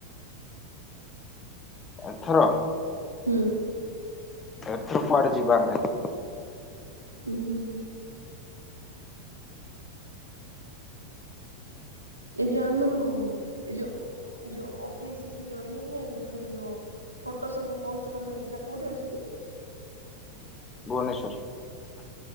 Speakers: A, on the left; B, on the right.
A: ଏଥର?
B: ହୁଁ।
A: ଏଥର କୁଆଡେ ଯିବାର ନାହିଁ।
B: ହୁଁ ହୁଁ ହୁଁ। ଏଇ ଯୋଉ ଆମର ଏ ଯୋଉ ଯୋଉ ଓ ପି ଏ ସି ଯୋଉ ଇଏ ନୁହେଁ କି ଯୋଉଠାକୁ ଯୋଉ ଫଟୋ ସବୁ ପୋଷ୍ଟ କରିଥାନ୍ତି ସେଇଟା କୋଉଠି ଅଛି କି?
A: ଭୁବନେଶ୍ଵରରେ।